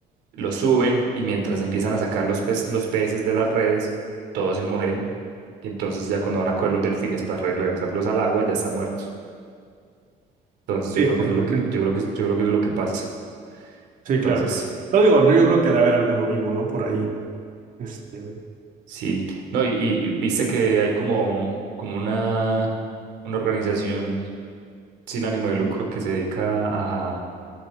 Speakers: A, on the right; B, on the right.
A: los suben y mientras empiezan a sacar los, pez- los peces de las redes, todos se mueren. Y entonces ya cuando van a coger los delfines para regresarlos al agua, ya están muertos. Entonces yo
B: sí,
A: creo
B: probablemente.
A: que eso es lo que, yo creo que, yo creo que eso es lo que pasa.
B: Sí,
A: Entonces,
B: claro. Pero digo, no, yo creo que debe haber alguno vivo, ¿no? Por ahí. Este,
A: sí. No, y, y viste que hay como, como una, una organización sin ánimo de lucro que se dedica a